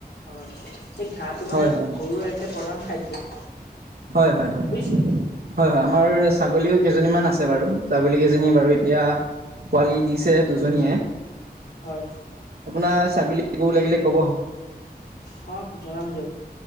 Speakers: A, on the left; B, on the right.
A: হয় সেই ঘাঁহটো মানে
B: হয় হয়
A: গৰুৰ একে প্ৰধান খাদ্য।
B: হয় হয় হয়
A: বুজিছে
B: হয় হয় হয় আমাৰ ছাগলীও কেইজনীমান আছে বাৰু। ছাগলীকেইজনী
A: হয়
B: বাৰু এতিয়া পোৱালি দিছে দুজনীয়ে।
A: হয়
B: আপোনাৰ ছাগলী গৰু লাগিলে ক'ব।
A: হওঁক জনাম দিয়ক,